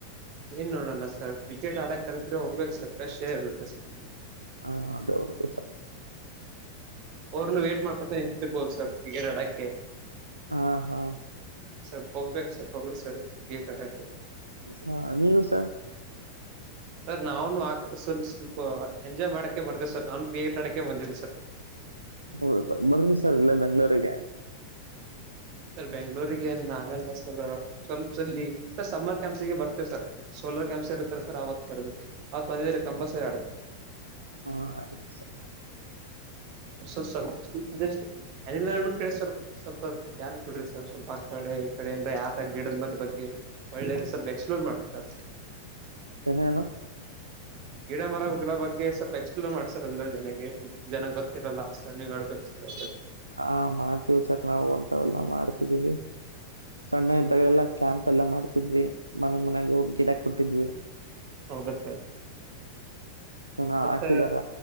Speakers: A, on the right (about 45°); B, on the right (about 85°).
A: ಏನ್ ನೋಡೋಣ ಸರ್ ಕ್ರಿಕೆಟ್ ಆಡ ಕರದ್ರೆ ಹೋಗ್ಬೇಕು ಸರ್ ಪ್ರೇಶ್ ಹೆರ್ ಇರುತ್ತೆ ಸರ್.
B: ಹಾ ಅದು ಹೌದು ಸರ್.
A: ಅವರ್ನು ವೇಟ್ ಮಾಡ್ಕತ ನಿನ್ಸರ್ಬೋದು ಸರ್ ಕಿಕೇಟ್ ಅಡಕ್ಕೆ.
B: ಹಾ ಹಾ
A: ಸರ್ ಹೋಗ್ಬೇಕು ಸರ್ ಹೋಗ್ರಿ ಸರ್ ಕ್ರಿಕೆಟ್ ಆಡಕೇ.
B: ಹಾ ನೀವು ಸರ್
A: ಸರ್ ನಾವುನು ಆಡ್ತಿವ್ ಸ್ವಲ್ಪ ಎಂಜಾಯ್ ಮಾಡಕ್ಕೆ ಬರ್ತೇ ಸರ್ ನಾನು ಕ್ರಿಕೆಟ್ ಆಡಕೇ ಬಂದಿದ್ ಸರ್.
B: ಹೌದು ಸರ್ ಬರ್ದಿನಿ ಸರ್ ಇಲ್ಲೇ ಬೆಂಗಳೂರಿಗೆ.
A: ಸರ್ ಬೆಂಗ್ಗಳೂರಿಗೆ ಏನ್ ಆಗಲ್ಲ ಸ. ಸ್ವಲ್ಪ ಸ ಸರ್ ಸಮ್ಮರ್ ಕ್ಯಾಂಪ್ಸ್ಗೆ ಬರ್ತೇವೆ ಸರ್ ಸೋಲಾರ್ ಕ್ಯಾಂಪ್ಸ್ ಇರ್ತ್ತಾರ ಸರ್ ಆವತ್ತ ಬರ್ಬೇಕು. ಅವತ್ ಬಂದಿದ್ರೆ ಕಂಪ ಸ
B: ಹಾ ಆಯ್ತು ಸ.
A: ಸ ಸರ್ ಸ್ವಲ್ಪ ಸ್ವಲ್ಪಟ್ ಆಲ್ಮೆಂಟ್ ಕಡೆ ಸ್ವಲ್ಪ ಸ್ವಲ್ಪ ಯಾನ್ ಬಿಡ್ರಿ ಸ. ಸರ್ ಸ್ವಲ್ಪ ಆ ಕಡೆ ಈ ಕಡೆ ಇಂದ ಯಾದ ಗಿಡದ್ ಮೆಲ್ ಬಗ್ಗೆ ಒಳ್ಳೇದು ಸ್ವಲ್ಪ ಎಕ್ಸ್ಪ್ಲೋರ್ ಮಾಡುತ್ತ ಸರ್.
B: ತೇನೇ ಎನು.
A: <inaudible> ಗಿಡ ಮರಗಳ ಬಗ್ಗೆ ಸ್ವಲ್ಪ ಎಕ್ಸ್ಪ್ಲೋರ್ ಮಾಡ್ಸರ್ ಎಲ್ಲ ಜನಗೆಲ್ ಜನಾಗ್ ಗೊತ್ತಿರಲ್ಲ ಅಷ್ಟರ್ ನೀವ್ ಹೇಳ್ಬೇಕು ಸರ್.
B: ಹಾ ಮಾಡ್ತೀವಿ ಸರ್ ನಾವು ಅಂತವೆಲ್ಲಾ ಮಾಡ್ತಿದ್ದೀವಿ. ಸಣ್ಣ ಇದ್ದಾಗೆಲ್ಲ ಕ್ಯಾಂಪ್ ಎಲ್ಲಾ ಮಾಡ್ತಿದ್ವಿ ಮನೆ ಮನೆಗ್ ಹೋಗ್ ಗಿಡ ಕೊಟ್ಟಿದ್ವಿ.
A: ಹೌದ ಸರ್.
B: ಜನ
A: ಮತ್
B: ಹಾಕಿದಾರ
A: ಸರ್